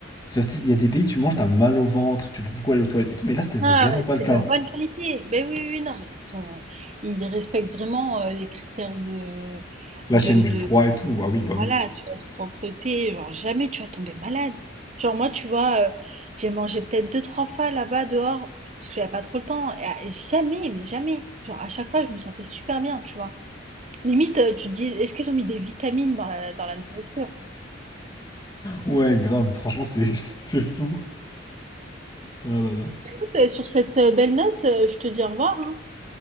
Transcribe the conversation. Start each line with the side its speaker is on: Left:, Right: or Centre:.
Left: Genre, tu sais, il y a des pays, tu manges, t'as mal au ventre, tu peux beaucoup aller aux toilettes et tout, mais là, c'était vraiment
Right: Ah ouais,
Left: pas le
Right: c'est
Left: cas.
Right: de la bonne qualité. Beh, oui, oui, oui, non, mais ils sont ils respectent vraiment, heu, les critères de
Left: La
Right: de
Left: chaîne du
Right: de
Left: froid et tout, ah oui, bah
Right: voilà,
Left: oui.
Right: tu vois? De propreté, genre jamais tu vas tomber malade. Genre moi, tu vois, heu, j'ai mangé peut-être deux trois fois là-bas dehors, parce que j'avais pas trop le temps et à et jamais, mais jamais, genre à chaque fois, je me sentais super bien, tu vois? Limite, euh, tu te dis, est-ce qu'ils ont mis des vitamines dans la, dans la nourriture?
Left: Ouais, grave, franchement, c'est <laughs> c'est fou. Oh là là.
Right: Écoute, euh, sur cette euh, belle note, euh, je te dis au revoir. hein.